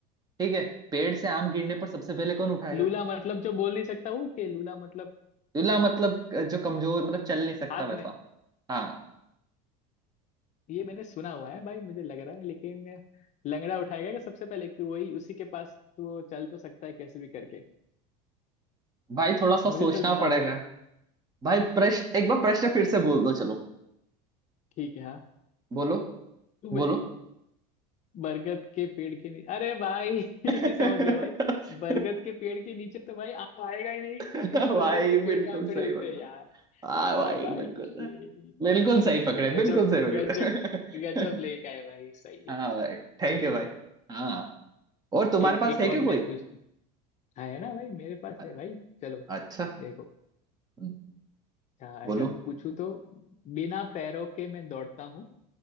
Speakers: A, on the right (about 20°); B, on the left (about 40°).
A: ठीक है पेड़ से आम गिरने पर सबसे पहले कौन उठाएगा
B: लूला मतलब जो बोल नहीं सकता वो के लूला मतलब
A: लूला मतलब जो कमजोर मतलब चल नहीं सकता
B: हाथ
A: वैसा
B: नहीं
A: हाँ
B: ये मैंने सुना हुआ है भाई मुझे लग रहा है लेकिन लंगड़ा उठाएगा कि सबसे पहले कि वही उसी के पास तो चल तो सकता है कैसे भी करके
A: भाई थोड़ा सा
B: मुझे
A: सोचना
B: तो लंगड़ा
A: पड़ेगा
B: लग रहा
A: भाई
B: है
A: प्रश्न एक बार प्रश्न फिर से बोल दो चलो
B: <laughs> ठीक है हाँ
A: बोलो
B: तुम
A: बोलो
B: बरगद के पेड़ के नीचे अरे भाई <laughs>
A: <laughs>
B: समझ गया भाई बरगद के पेड़ के नीचे तो भाई आम तो आएगा ही नहीं क्योंकि
A: भाई
B: बरगद के पेड़
A: बिल्कुल
B: पे आम
A: सही
B: थोड़ी उगते
A: पकड़ा
B: हैं यार
A: हाँ भाई
B: अरे भाई
A: बिल्कुल
B: ये
A: सही बिल्कुल सही पकड़े
B: गजब
A: बिल्कुल सही
B: गजब
A: पकड़े
B: गजब
A: <laughs>
B: लेके आए भाई सही
A: हाँ
B: है
A: भाई थैंक
B: चलो
A: यू भाई हाँ और तुम्हारे
B: एक
A: पास
B: एक
A: है
B: और
A: क्या कोई
B: मैं पूछ लूं हाँ है ना भाई मेरे पास
A: अरे
B: है भाई चलो
A: अच्छा
B: देखो
A: हम्म,
B: हाँ
A: बोलो
B: अगर मैं पूछूं तो बिना पैरों के मैं दौड़ता हूँ